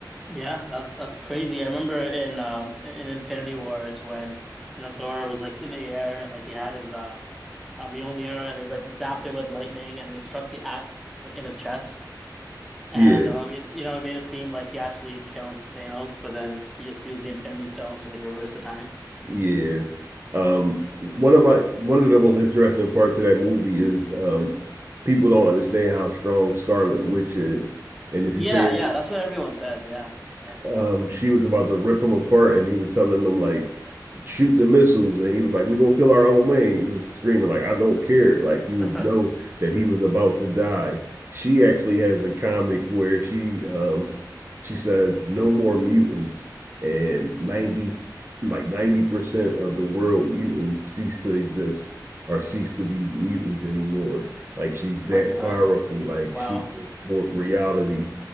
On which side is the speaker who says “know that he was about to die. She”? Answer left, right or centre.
Right